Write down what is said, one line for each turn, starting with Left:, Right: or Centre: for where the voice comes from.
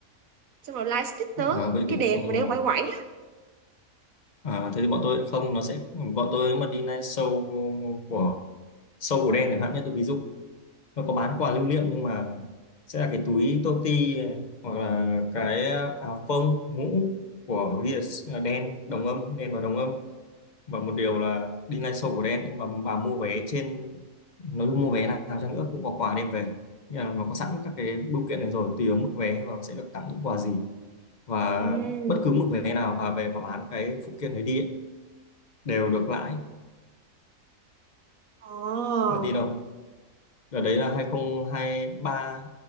Right: xong rồi light stick nữa
Left: à, vậy
Right: cái
Left: thì
Right: đèn
Left: không
Right: mà để quẩy quẩy á.
Left: ờ, à, thế thì bọn tôi không nó sẽ bọn tôi nếu mà đi night show của show của đen chẳng hạn nhất tôi ví dụ nó có bán quà lưu niệm nhưng mà sẽ là cái túi toti này, hoặc là cái áo phông mũ của VS đen đồng âm đen và đồng âm và một điều là đi live show của Đen nhưng mà bà mua vé trên nói chung mua vé nào cho nữa cũng có quà đem về nhưng mà nó có sẵn các cái bưu kiện này rồi tùy vào mức vé và sẽ được tặng những quà gì và
Right: Ừm.
Left: bất cứ mức vé nào bà về bà bán cái phụ kiện đấy đi ấy, đều được lãi
Right: Ồ.
Left: bà tin đâu đợt đấy là 2023